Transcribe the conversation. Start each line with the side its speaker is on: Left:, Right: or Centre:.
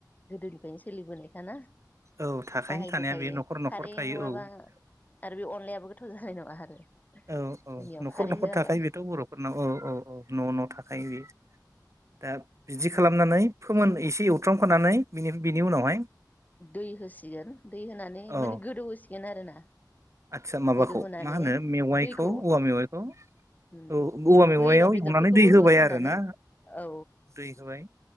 Left: गोदोनिफ्रायनो सोलिबोनायखाना
Right: औ थाखायो
Left: बाहायबोखायो
Right: थानाया बे न'खर न'खर
Left: खारै
Right: थायो
Left: नङाबा
Right: औ
Left: आरो बे अनलायाबो <unintelligible> जानाय नङा आरो।
Right: औ औ
Left: जोंनियाव
Right: न'खर
Left: खारै
Right: न'खर
Left: होआबा
Right: थाखायो बेथ' बर'फोरनाव औ औ औ न' न' थाखायो बे दा बिदि खालामनानै फोमोन एसे एवथ्रामखानानैनि बिनि उनावहाय
Left: दै होसिगोन दै होनानै
Right: औ
Left: माने गोदौहोसिगोन आरोना।
Right: आदसा माबाखौ
Left: गोदौहानै
Right: मा होनो मेवाइखौ
Left: दैखौ ओम
Right: औवा मेवाइखौ
Left: ओम
Right: औ औवा
Left: बेदरफोर
Right: मेवायाव
Left: होयोबा बेदरफोरखौबो
Right: एवनानै दै होबाय
Left: होसननानै
Right: आरो ना
Left: औ
Right: दै होबाय